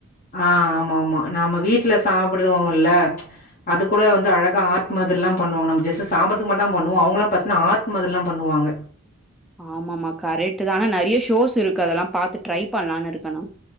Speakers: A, on the left; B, in the centre.
A: ஆ ஆமா ஆமா நாம வீட்ல சாப்புறோல்ல அது கூட வந்து அழகா ஹாட் மாதிற்ல்லா பண்ணுவாங்க நம்ம ஜஸ்ட் சாம்பறதுக்கு மட்டு தா பண்ணுவோ அவுங்கலா பாத்னா ஹாட் மாதிறில்லா பண்ணுவாங்க
B: ஆமாமா கரெக்ட்டு தா ஆன்னா நெறைய ஷோஸ் இருக்கு அதெல்லா பாத்து ட்ரை பண்ணலான் இருக்க நா